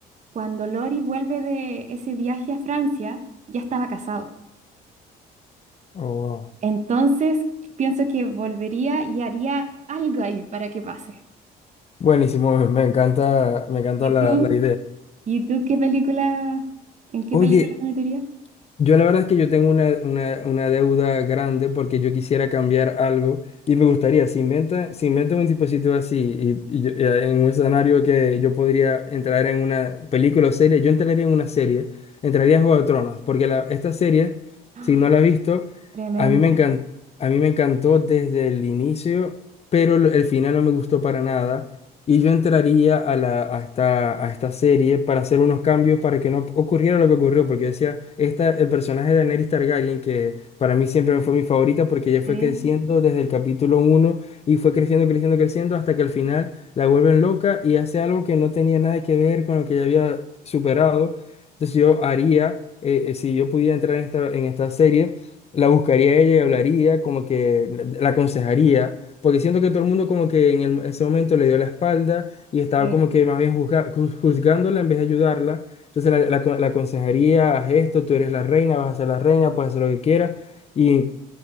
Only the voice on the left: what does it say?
Oh, wow.
Buenísimo, me me encanta, me encanta
la,
la idea.
Oye,
Yo la verdad es que yo tengo una, una- una deuda grande porque yo quisiera cambiar algo y me gustaría, si inventa si inventan un dispositivo así y, y yo- eh, en un escenario que yo podría entrar en una película o serie, yo entraría en una serie, entraría a Juego de Tronos, porque la- esta serie,
si no la has visto,
a mí me encan- a mí me encantó desde el inicio, pero lo- el final no me gustó para nada y yo entraría a, la, a, esta, a esta serie para hacer unos cambios para que no ocurriera lo que ocurrió, porque yo decía, esta, el personaje de Daenerys Targaryen, que para mí siempre fue mi favorita, porque ella fue
creciendo desde el capítulo uno y fue creciendo, creciendo, creciendo, hasta que al final la vuelven loca y hace algo que no tenía nada que ver con lo que ella había superado. Entonces yo haría, eh, eh, si yo pudiera entrar en esta, en esta serie, la buscaría a ella y hablaría, como que la la aconsejaría porque siento que todo el mundo como que en, el- ese momento le dio la espalda y estaba
como que más bien juzga- ju- juzgándola en vez de ayudarla. Entonces la, la, co- la aconsejaría, haz esto, tú eres la reina, vas a ser la reina, puedes hacer lo que quieras. Y